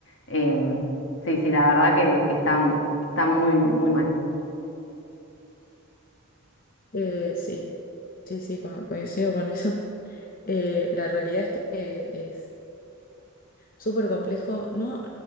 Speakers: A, on the left; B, on the left.
A: Em, sí, sí, la verdad que, que está, está muy, muy mal.
B: Eh, sí, sí, sí, co- coincido con eso. Eh, la realidad es que es súper complejo. No,